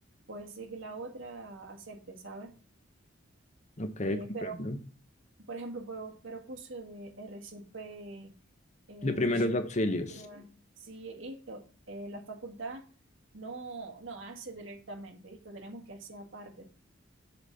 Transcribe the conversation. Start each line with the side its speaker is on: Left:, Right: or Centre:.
Right: pues sí que la otra acepte, ¿sabes?
Left: Ok,
Right: Eh,
Left: comprendo.
Right: pero, por ejemplo, pero, pero curso de RCP, eh,
Left: De primeros
Right: Sutura,
Left: auxilios.
Right: sí, esto, eh, la facultad no, no hace directamente, esto tenemos que hacer aparte.